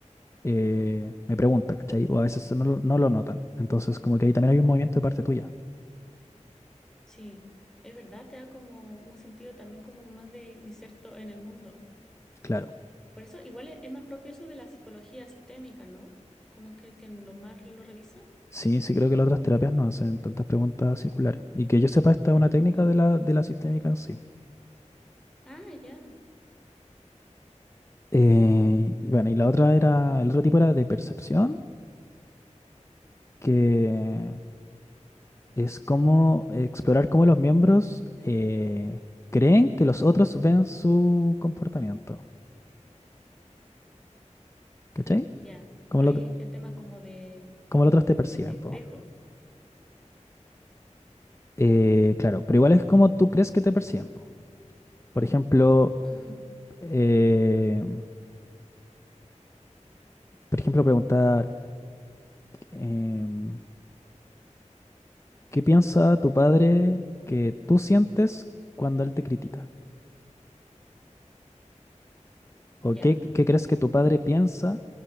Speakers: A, on the left; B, in the centre.
A: eh, me pregunta, ¿cachai? O a veces no, lo- no lo notan. Entonces, como que ahí también hay un movimiento de parte tuya.
B: Sí, es verdad, te da como un sentido también como más de inserto en el mundo.
A: Claro.
B: Por eso igual es, es más propio eso de la psicología sistémica, ¿no? Como que, que en lo más lo revisa.
A: Sí, sí creo que las otras terapias no hacen tantas preguntas circulares. Y que yo sepa, esta es una técnica
B: Ah,
A: de la, de la sistémica en sí.
B: ah, ya,
A: Eh, y bueno, y la otra era, el otro tipo era de percepción, que es como explorar cómo los miembros eh, creen que los otros ven su comportamiento. ¿Cachai?
B: ya.
A: Cómo,
B: Hay
A: lo-
B: el tema como de,
A: cómo los otros te perciben,
B: de, de espejo.
A: po. Eh, claro, pero igual es como tú crees que te perciben, po. Por ejemplo,
B: Ujú,
A: eh, por ejemplo, preguntar... em, ¿Qué piensa tu padre que tú sientes cuando él te critica? ¿O
B: Ya,
A: qué, qué crees que tu padre piensa